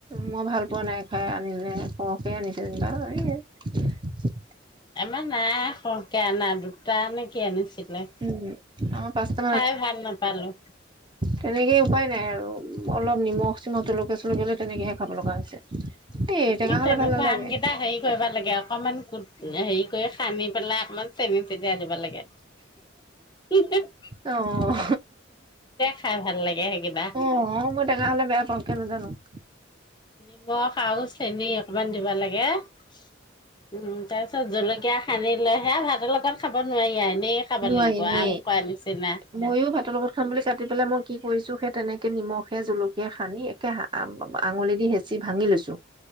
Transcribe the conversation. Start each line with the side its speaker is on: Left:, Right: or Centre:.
Right: মই ভাল পোৱা নাই খাই, আনিলে, সৰহকে আনিছে যেনিবা এই
Left: আমাৰ নাই সৰহকে আনা দু দুটা নে কি আনিছিলে,
Right: উম, আমাৰ পাঁচটা
Left: খাই ভাল নাপালোঁ।
Right: তেনেকই উপায় নাই আৰু অলপ নিমখ চিমখ জলকীয়া চলকীয়া তেনেকৈহে খাব লগা হৈছে।
Left: উম
Right: এই টেঙা
Left: ই
Right: হলে
Left: তেনেকুৱা
Right: ভাল নালাগে।
Left: আমকেইটা হেৰি কৰিব লাগে আৰু অকণমান কুট হেৰি কৰি সানি পেলাই অকণমান চেনি চেটিয়াই দিব লাগে। তেতিয়া
Right: অ',
Left: খাই ভাল লাগে সেইকেইটা।
Right: অ', মই টেঙা হলে বেয়া পাওঁ কিয় নাজানো। <inaudible>
Left: নিমখ আৰু চেনি। অকমান দিব লাগে। <unintelligible> উম, তাৰপিছত জলকীয়া সানি লে হে ভাতৰ লগত খাব নোৱাৰি, আইন এনেই খাব
Right: নোৱাৰি
Left: লাগিব আম
Right: নেই।
Left: খোৱা নিচিনা।
Right: মইয়ো ভাতৰ লগত খাম বুলি কাটি পেলাই মই কি কৰিছোঁ, সেই তেনেকে নিমখে জলকীয়াই সানি একে আঙুলি দি হেঁচি ভাঙি লৈছো